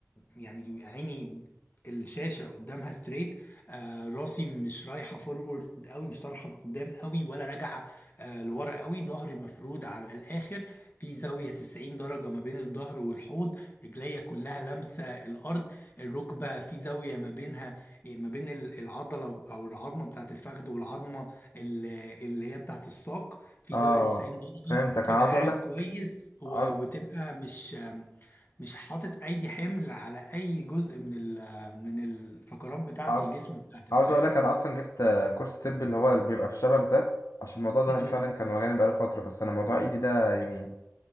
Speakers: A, on the left; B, on the left.
A: يعني عيني الشاشة قدامها ستريت آه، راسي مش رايحه فورورد قوي مش طالعه قدام قوي ولا راجعه آه، لورا قوي ظهري مفرود على الاخر في زاويه 90 درجه ما بين الظهر والحوض رجليا كلها لامسه الارض الركبه في زاويه ما بينها آه، ما بين ال- العضله او العظمه بتاعت الفخذ والعظمه ال- اللي هي بتاعت الساق في
B: اه
A: زاويه 90 درجه
B: فهمتك
A: تبقى
B: انا عاوز
A: قاعد
B: اقول لك
A: كويس و-
B: عاوز
A: وتبقى مش آم، مش حاطط اي حمل على اي جزء من ال من الفقرات بتاعة
B: عاوز
A: الجسم بتاعتك
B: عاوز
A: فاهم
B: اقول لك انا اصلا جبت آه، كورس طب اللي هو اللي بيبقى في شبك ده عشان موضوع ظهري
A: امم
B: فعلا كان وجعني بقاله فتره بس انا موضوع ايدي ده يعني